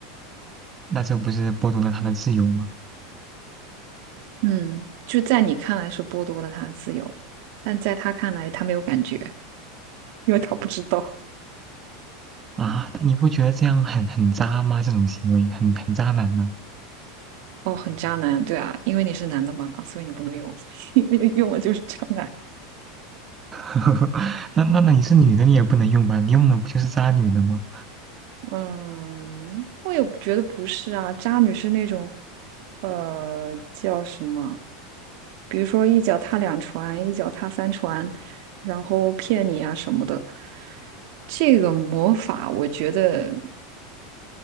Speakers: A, on the right (about 25°); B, on the right (about 65°).
A: 那这不是剥夺了他的自由吗？
B: 嗯，就在你看来是剥夺了他的自由，但在他看来他没有感觉，因为他不知道。
A: 啊，那你不觉得这样很很渣吗？这种行为很很渣男呢、
B: 哦，很渣男，对啊，因为你是男的嘛，所以你不能用，<laughs> 因为用了就是渣男。
A: <laughs> 那那那你是女的，你也不能用吧？你用的不就是渣女的吗？
B: 嗯，我也觉得不是啊，渣女是那种，呃，叫什么？比如说一脚踏两船，一脚踏三船，然后骗你啊什么的。这个魔法，我觉得